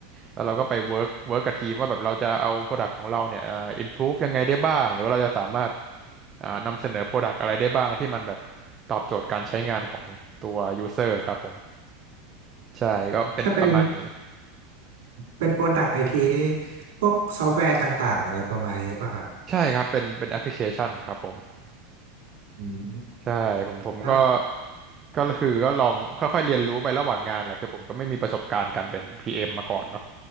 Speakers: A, on the right; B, on the right.
A: แล้วเราก็ไป work work กับทีมว่าแบบเราจะเอา Product ของเราเนี่ยอ่า improve ยังไงได้บ้างหรือว่าเราจะสามารถ อ่านำเสนอ Product อะไรได้บ้างที่มันแบบตอบโจทย์การใช้งานของตัว User ครับผมใช่ก็เป็นประมาณนี้
B: ถ้าเป็นเป็นโปรดักต์ไอทีนี่พวกซอฟต์แวร์ต่างๆอะไรประมาณนี้หรือเปล่ะครับ
A: ใช่ครับเป็นเป็นแอปพลิเคชันครับผม
B: อืม
A: ใช่ผมผมก็
B: แล้ว
A: ก็คือก็ลองค่อยๆเรียนรู้ไประหว่างงานแหละคือผมก็ไม่มีประสบการณ์การเป็น PM มมาก่อนเนาะ